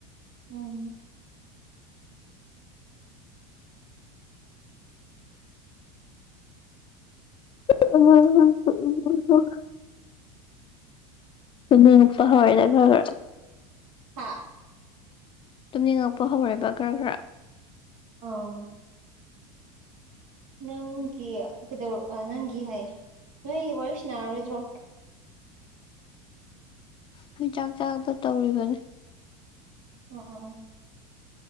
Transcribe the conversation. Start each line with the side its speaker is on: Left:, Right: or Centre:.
Right: ꯎꯝ
Left: <unintelligible> ꯇꯨꯝꯅꯤꯡꯉꯛꯄ ꯍꯧꯔꯦꯗ ꯈ꯭ꯔ ꯈ꯭ꯔ
Right: ꯍꯥꯥ
Left: ꯇꯨꯝꯅꯤꯡꯉꯛꯄ ꯍꯧꯔꯦꯕ ꯈꯔ ꯈꯔ
Right: ꯑꯣ ꯅꯪꯒꯤ ꯀꯩꯗꯧꯔ ꯅꯪꯒꯤ ꯍꯥꯏ ꯅꯣꯏ ꯋꯥꯔꯤ ꯁꯥꯟꯅꯥꯔꯣꯏꯗ꯭ꯔꯣ
Left: ꯅꯣꯏ ꯆꯥꯛ ꯆꯥꯕ ꯇꯧꯔꯤꯕꯅꯤ
Right: ꯑꯣ ꯑꯣ ꯑꯣ